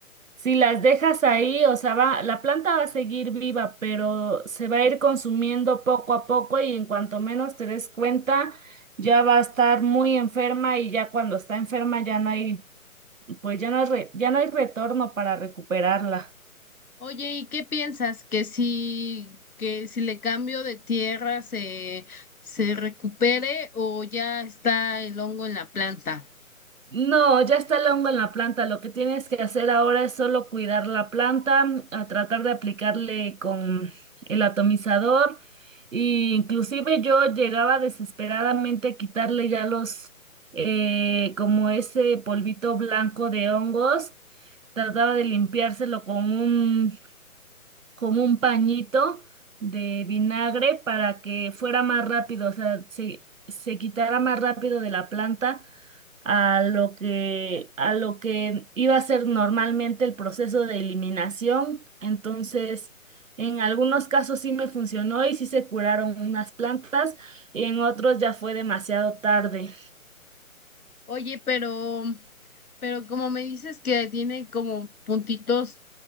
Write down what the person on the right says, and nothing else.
si las dejas ahí, o sea, va, la planta va a seguir viva, pero se va a ir consumiendo poco a poco y en cuanto menos te des cuenta, ya va a estar muy enferma y ya cuando está enferma ya no hay, pues ya no hay, re- ya no hay retorno para recuperarla.
No, ya está el hongo en la planta. Lo que tienes que hacer ahora es solo cuidar la planta, a tratar de aplicarle con el atomizador. Y inclusive yo llegaba desesperadamente a quitarle ya los, eh, como ese polvito blanco de hongos. Trataba de limpiárselo con un, con un pañito de vinagre para que fuera más rápido, o sea, se, se quitara más rápido de la planta a lo que, a lo que iba a ser normalmente el proceso de eliminación. Entonces, en algunos casos sí me funcionó y sí se curaron unas plantas, y en otros ya fue demasiado tarde.